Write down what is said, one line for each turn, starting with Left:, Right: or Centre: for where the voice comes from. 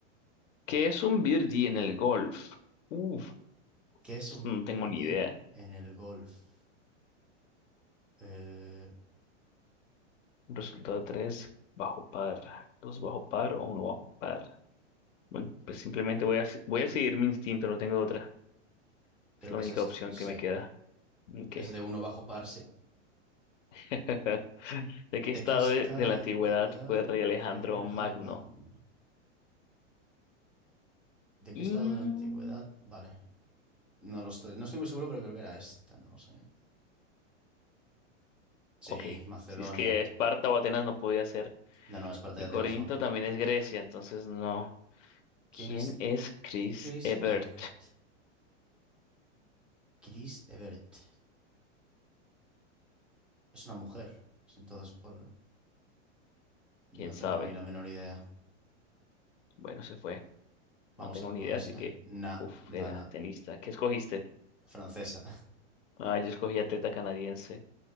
Left: ¿Qué es un birdie en el golf? Uf,
Centre: ¿Qué es
Left: esto
Centre: un
Left: no tengo
Centre: birdie
Left: ni idea.
Centre: en el golf? Eh,
Left: Un resultado de tres bajo par, dos bajo par o uno bajo par. Bueno, pues simplemente voy a, voy a seguir mi instinto, no tengo otra.
Centre: creo
Left: Es la
Centre: que
Left: única
Centre: es esto.
Left: opción
Centre: Sí,
Left: que me queda. Ok.
Centre: es de uno bajo par, sí.
Left: <laughs> ¿De qué
Centre: ¿De
Left: estado
Centre: qué estado
Left: de, de la
Centre: de
Left: antigüedad
Centre: antigüedad
Left: fue rey Alejandro
Centre: fue el rey Alejandro
Left: Magno?
Centre: Magno? ¿De qué
Left: Mm,
Centre: estado de la antigüedad? Vale, no lo estoy, no estoy muy seguro, pero creo que era esta, no lo sé. Sí,
Left: ok,
Centre: Macedonia.
Left: si es que Esparta o Atenas no podía ser.
Centre: No, no, Esparta
Left: Y
Centre: y Atenas
Left: Corinto
Centre: no.
Left: también es Grecia, entonces no.
Centre: ¿Quién
Left: ¿Quién
Centre: es
Left: es Chris
Centre: Chris
Left: Evert?
Centre: Everett? Chris Evert. Es una mujer. Entonces, por... no
Left: ¿Quién sabe?
Centre: tengo ni la menor idea.
Left: Bueno, se fue.
Centre: Vamos
Left: No tengo
Centre: a ir con
Left: ni idea,
Centre: esta.
Left: así que...
Centre: Na,
Left: Uf,
Centre: na,
Left: era
Centre: na.
Left: tenista. ¿Qué escogiste?
Centre: Francesa.
Left: Ah, yo escogí atleta canadiense.